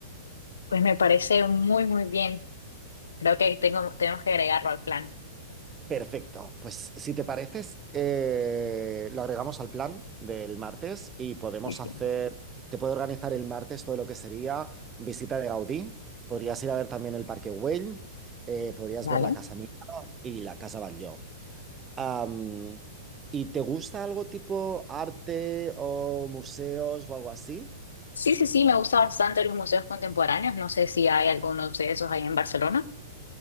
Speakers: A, on the left; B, on the right.
A: Pues me parece muy, muy bien. Creo que tengo, tenemos que agregarlo al plan.
B: Perfecto. Pues si te pareces, eh, lo agregamos al plan del martes y podemos
A: Sí, sí.
B: hacer, te puedo organizar el martes todo lo que sería visita de Gaudí. Podrías ir a ver también el Parque Güell, eh, podrías
A: Vale.
B: ver la Casa Mía y la Casa Batlló. Am, ¿y te gusta algo tipo arte o museos o algo así?
A: Sí, sí, sí, me gusta bastante los museos contemporáneos. No sé si hay algunos de esos ahí en Barcelona.